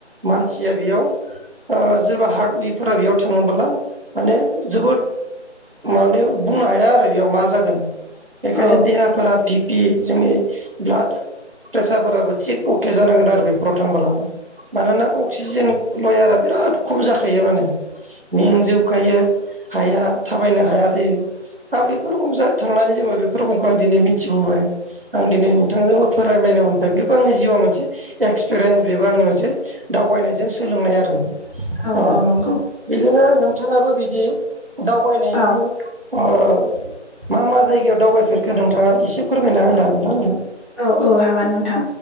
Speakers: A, on the right; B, in the centre.
A: मानसिया बेयाव ओ सोरबा हार्डउइफोरा बेयाव थाङोबोला माने जोबोद माने बुंनो हाया आरो बेयाव मा जागोन बेखायनो
B: औ औ
A: देहाफोरा बिग बि जोंनि ब्लाड प्रेसारफोराबो थिग अके जानांगोन आरो बे। नराव थांबोला मानोना अक्सिजेन लयारा बिराद खम जाखायो माने। मेंजोबखायो हाया थाबायनो हाया जायो। आं बेफोर रखम थांनानै जोंङो बेफोर रखमखौ आं दिनै मिथिबोबाय आं दिनै नोंथांजोंबो फोरमायनो मोनबाय बेबो आंनि जिउआव मोनसे एक्सपिरियेन्स बेबो आंनि मोनसे दावबायनायजों सो सोलोंनाय आरो ओ
B: औ नंगौ
A: बिदिनो नोंथाङाबो बिदि दावबायनायखौ
B: औ
A: ओ मा मा जायगायाव दावबायफेरखो नोंथाङा एसे फोरमायना होनो हागोन ना आंनो?
B: औ औ हागोन नोंथां